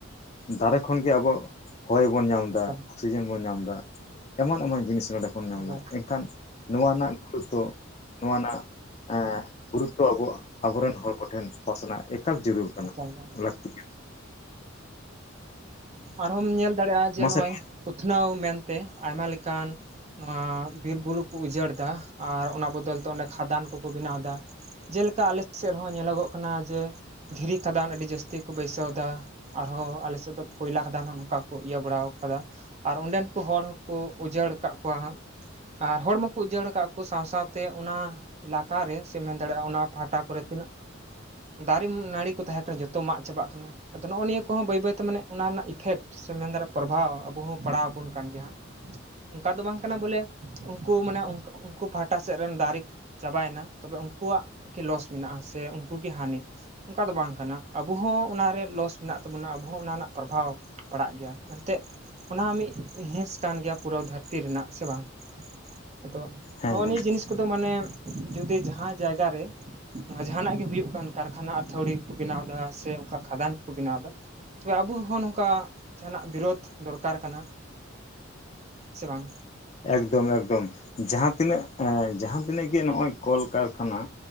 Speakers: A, on the left; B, on the right.
A: ᱫᱟᱨᱮ ᱠᱷᱚᱱ ᱜᱮ ᱟᱵᱚ, ᱦᱚᱭ ᱵᱚᱱ ᱧᱟᱢ ᱮᱫᱟ
B: ᱮᱠᱟᱞ
A: ᱥᱤᱡᱮᱱ ᱵᱚᱱ ᱧᱟᱢᱫᱟ᱾ ᱮᱢᱟᱱ ᱮᱢᱟᱱ ᱡᱤᱱᱤᱥ ᱱᱚᱰᱮ ᱠᱷᱚᱱ ᱧᱟᱢᱫᱟ
B: ᱮᱠᱟᱞ
A: ᱮᱱᱠᱷᱟᱱ, ᱱᱚᱣᱟ ᱨᱮᱱᱟᱜ ᱠᱷᱩᱥ ᱫᱚ ᱱᱚᱣᱟ ᱨᱮᱱᱟᱜ, ᱮ ᱜᱩᱨᱩᱛᱛᱚ ᱟᱵᱚ ᱟᱵᱚᱨᱮᱱ ᱦᱚᱲ ᱠᱚᱴᱷᱮᱱ ᱯᱟᱥᱱᱟᱜ ᱮᱠᱟᱞ ᱡᱟᱹᱨᱩᱲ
B: ᱮᱠᱟᱞ ᱜᱮ
A: ᱞᱟᱹᱠᱛᱤᱜ ᱠᱟᱱ᱾
B: ᱟᱨᱦᱚᱢ ᱧᱮᱞ ᱫᱟᱲᱮᱜᱼᱟ ᱡᱮ
A: ᱢᱟᱥᱮ
B: ᱱᱚᱜᱼᱚᱭ ᱩᱛᱷᱱᱟᱹᱣ ᱢᱮᱱᱛᱮ ᱟᱭᱢᱟ ᱞᱮᱠᱟᱱ ᱱᱚᱣᱟ ᱵᱤᱨ ᱵᱩᱨᱩ ᱠᱩ ᱩᱡᱟᱹᱲ ᱫᱟ ᱟᱨ ᱚᱱᱟ ᱵᱚᱫᱚᱞ ᱛᱮ ᱚᱸᱰᱮ ᱠᱷᱟᱫᱟᱱ ᱠᱩᱠᱩ ᱵᱮᱱᱟᱣ ᱮᱫᱟ᱾ ᱡᱮᱞᱮᱠᱟ ᱟᱞᱮ ᱥᱮᱫ ᱨᱮᱦᱚᱸ ᱧᱮᱞᱚᱜᱚᱜ ᱠᱟᱱᱟ ᱡᱮ ᱫᱷᱤᱨᱤ ᱠᱷᱟᱫᱟᱱ ᱟᱹᱰᱤ ᱡᱟᱹᱥᱛᱤ ᱠᱚ ᱵᱟᱹᱭᱥᱟᱹᱣ ᱮᱫᱟ ᱟᱨᱦᱚᱸ ᱟᱞᱮᱥᱮᱫ ᱫᱚ ᱠᱚᱭᱞᱟ ᱠᱷᱟᱫᱟᱱ ᱦᱚᱸ ᱱᱚᱝᱠᱟ ᱠᱚ ᱤᱭᱟᱹ ᱵᱟᱲᱟ ᱠᱟᱫᱟ ᱟᱨ ᱚᱸᱰᱮᱱ ᱠᱚ ᱦᱚᱲ ᱦᱚᱸᱠᱚ ᱩᱡᱟᱹᱲ ᱟᱠᱟᱫ ᱠᱚᱣᱟ ᱦᱟᱸᱜ ᱟᱨ ᱦᱚᱲ ᱢᱟᱠᱚ ᱩᱡᱟᱹᱲ ᱟᱠᱟᱫ ᱠᱚ ᱥᱟᱶ ᱥᱟᱶ ᱛᱮ ᱚᱱᱟ ᱮᱞᱟᱠᱟᱨᱮ ᱥᱮ ᱢᱮᱱ ᱫᱟᱲᱮᱭᱟᱜᱼᱟ ᱚᱱᱟ ᱯᱟᱦᱴᱟ ᱠᱚᱨᱮ ᱛᱤᱱᱟᱹᱜ ᱫᱟᱨᱮ ᱱᱟᱹᱲᱤ ᱠᱚ ᱛᱟᱦᱮᱸ ᱠᱟᱱᱟ ᱡᱚᱛᱚ ᱢᱟᱜ ᱪᱟᱵᱟᱜ ᱠᱟᱱᱟ ᱟᱫᱚ ᱱᱚᱜᱼᱚ ᱱᱤᱭᱟᱹ ᱠᱚᱦᱚᱸ ᱵᱟᱹᱭ ᱵᱟᱹᱭᱛᱮ ᱢᱟᱱᱮ ᱚᱱᱟ ᱨᱮᱱᱟᱜ ᱤᱯᱷᱮᱠᱴ ᱥᱮ ᱢᱮᱱ ᱫᱟᱲᱮᱭᱟᱜᱼᱟ ᱯᱨᱚᱵᱷᱟᱵᱽ ᱟᱵᱚ ᱦᱚᱸ ᱯᱟᱲᱟᱣ ᱟᱵᱚᱱ ᱠᱟᱱ ᱜᱮᱭᱟ ᱦᱟᱜ ᱚᱱᱠᱟ ᱫᱚ ᱵᱟᱝ ᱠᱟᱱᱟ ᱵᱚᱞᱮ ᱩᱱᱠᱩ ᱢᱟᱱᱮ ᱩᱱᱠᱩ ᱯᱟᱦᱴᱟ ᱥᱮᱱ ᱨᱮᱱ ᱫᱟᱨᱮ ᱪᱟᱵᱟᱭᱮᱱᱟ ᱛᱚᱵᱮ ᱩᱱᱠᱩᱣᱟᱜ ᱜᱮ ᱞᱚᱥ ᱢᱮᱱᱟᱜᱼᱟ ᱥᱮ ᱩᱱᱠᱩᱜᱤ ᱦᱟᱹᱱᱤ ᱚᱱᱠᱟ ᱫᱚ ᱵᱟᱝ ᱠᱟᱱᱟ ᱟᱵᱚ ᱦᱚᱸ ᱚᱱᱟᱨᱮ ᱞᱚᱥ ᱢᱮᱱᱟᱜ ᱛᱟᱵᱚᱱᱟ ᱟᱵᱚ ᱦᱚᱸ ᱚᱱᱟ ᱨᱮᱱᱟᱜ ᱯᱨᱚᱵᱷᱟᱵᱽ ᱯᱟᱲᱟᱜ ᱜᱮᱭᱟ ᱮᱱᱛᱮ ᱚᱱᱟ ᱦᱚᱸ ᱢᱤᱫ ᱦᱤᱸᱥ ᱠᱟᱱ ᱜᱮᱭᱟ ᱯᱩᱨᱟᱹ ᱫᱷᱟᱹᱨᱛᱤ ᱨᱮᱱᱟᱜ ᱥᱮ ᱵᱟᱝ ᱟᱫᱚ
A: ᱦᱮᱸ
B: ᱱᱚᱜᱼᱚ ᱱᱤᱭᱟᱹ
A: ᱦᱮᱸ
B: ᱡᱤᱱᱤᱥ ᱠᱚ ᱫᱚ ᱢᱟᱱᱮ ᱡᱩᱫᱤ ᱡᱟᱦᱟᱱ ᱡᱟᱭᱜᱟ ᱨᱮ ᱱᱚᱣᱟ ᱡᱟᱦᱟᱸᱱᱟᱜ ᱜᱮ ᱦᱩᱭᱩᱜ ᱠᱟᱱ ᱠᱟᱨᱠᱷᱟᱱᱟ ᱛᱷᱲᱤ ᱠᱚ ᱵᱮᱱᱟᱣ ᱮᱫᱟ ᱥᱮ ᱚᱱᱠᱟ ᱠᱷᱟᱫᱟᱱ ᱠᱚᱠᱚ ᱵᱮᱱᱟᱣ ᱮᱫᱟ ᱛᱚᱵᱮ ᱟᱵᱚ ᱦᱚᱸ ᱱᱚᱝᱠᱟ ᱡᱟᱦᱟᱱᱟᱜ ᱵᱤᱨᱳᱫᱷ ᱫᱚᱨᱠᱟᱨ ᱠᱟᱱᱟ ᱥᱮ ᱵᱟᱝ
A: ᱮᱠᱫᱚᱢ ᱮᱠᱫᱚᱢ ᱡᱟᱦᱟᱸ ᱛᱤᱱᱟᱹᱜ ᱡᱟᱦᱟᱸᱛᱤᱱᱟᱹᱜ ᱜᱮ ᱱᱚᱜᱼᱚᱭ ᱠᱚᱞᱠᱟᱨᱠᱷᱟᱱᱟ